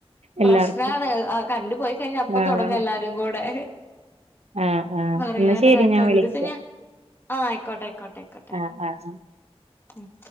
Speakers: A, on the right; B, on the left.
A: എല്ലാർക്കും
B: പ്രശ്നാണ് ആ കറണ്ടു പോയി കഴിഞ്ഞ അപ്പം
A: ആഹ്
B: തുടങ്ങും എല്ലാരും കൂടെ
A: ആഹ് ആഹ്
B: പറയാനു
A: എന്നാ ശരി
B: ഇതാക്കാന
A: ഞാൻ വിളിക്കാം
B: ഒരുസം ഞാ ആഹ് ആയിക്കോട്ടെ ആയിക്കോട്ടെ ആയിക്കോട്ടെ
A: ആഹ് ആഹ്
B: ഉം